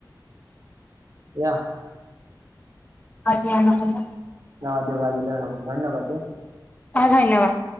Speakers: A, on the right; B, on the left.
A: এয়া।
B: অ ধিয় নহ'লে।
A: অ দেউ বাজিলৈ হব ধন্যবাদ দ।
B: অ ধন্যবাদ।